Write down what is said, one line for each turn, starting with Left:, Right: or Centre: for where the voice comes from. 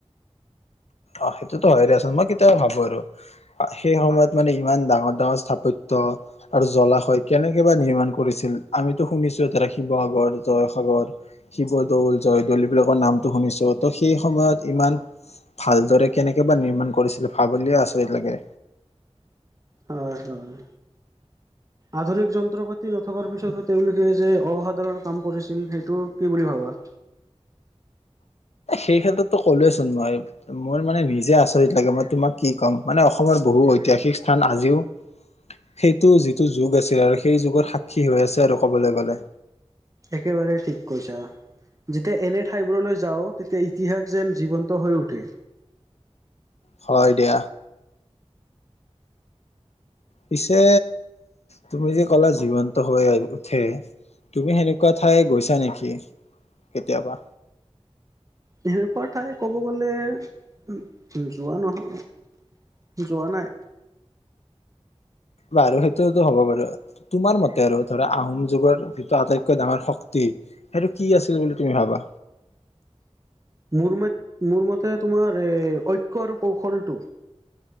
Left: অ সেইটোতো হয়ে আচোন মই কেতিয়াও ভাবো আৰু। সেই সময়ত মানে ইমান ডাঙৰ ডাঙৰ স্থাপত্য। আৰু জলাশয় কেনেকে বা নিৰ্মাণ কৰিছিল আমিতো শুনিছো ধৰা শিৱসাগৰ জয়সাগৰ। শিৱদৌল জয়দৌল এইবিলাকৰ নামটো শুনিছোঁ তো সেই সময়ত ইমান। ভালদৰে কেনেকে বা নিৰ্মাণ কৰিছিলে ভাব বুলিয়ে আচৰি লাগে।
Right: হয় হয়। আধুনিক যন্ত্ৰ পাতি নথকাৰ পিছতো তেওঁলোকে যে অসাধাৰণ কাম কৰিছিল সেইটো কি বুলি ভাবা
Left: সেই ক্ষেত্ৰতো ক'লোৱেচোন মই। মই মানে নিজে আচৰিত লাগে মই তোমাক কি ক'ম মানে অসমৰ বহু ঐতিহাসিক স্থান আজিও সেইটো যিটো যুগ আছিল আৰু সেই যুগত সাক্ষী হৈ আছে আৰু ক'বলৈ গ'লে।
Right: একেবাৰে ঠিক কৈছা। যেতিয়া এনে ঠাইবোৰলৈ যাওঁ তেতিয়া ইতিহাস যেন জীৱন্ত হৈ উঠে।
Left: হয়, দিয়া। পিছে। তুমি যে ক'লা জীৱন্ত হৈ উঠে তুমি সেনেকুৱা ঠাই গৈছা নেকি? কেতিয়াবা।
Right: সেনেকুৱা ঠাই ক'ব গ'লে যোৱা নহয়। যোৱা নাই।
Left: বাৰু সেইততো হ'ব বাৰু। তোমাৰ মতে আৰু ধৰা আহোম যুগৰ যিটো আটাইতকৈ ডাঙৰ শক্তি। সেইটো কি আছিল বুলি তুমি ভাবা।
Right: মোৰ ম মোৰ মতে তোমাৰ এ ঐক্য আৰু কৌশলটো।